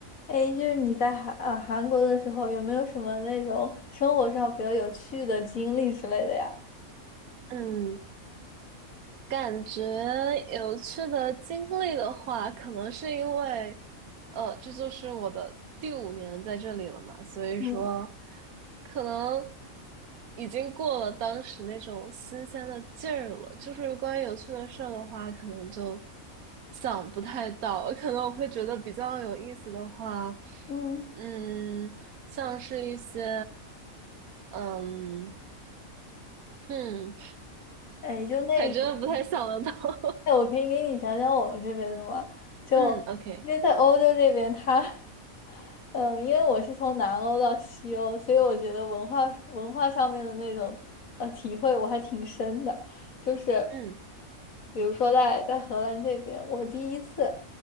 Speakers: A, on the left (about 70°); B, on the right (about 85°).
A: 哎，就是你在韩呃韩国的时候，有没有什么那种生活上比较有趣的经历之类的呀？
B: 嗯，感觉有趣的经历的话，可能是因为，呃，这就是我的第五年在这里了嘛，所以说，
A: 嗯
B: 可能已经过了当时那种新鲜的劲儿了。就是关于有趣的事儿的话，可能就想不太到，可能我会觉得比较有意思的话，
A: 嗯
B: 嗯，像是一些，嗯，嗯，
A: 哎，就那种，
B: 还真的不太想得到。<laughs>
A: 哎，我可以给你讲讲我们这边的吗？就因为在欧洲这边，
B: 嗯，OK，
A: 他。<laughs> 嗯，因为我是从南欧到西欧，所以我觉得文化文化上面的那种呃体会我还挺深的。就是
B: 嗯，
A: 比如说在在荷兰这边，我第一次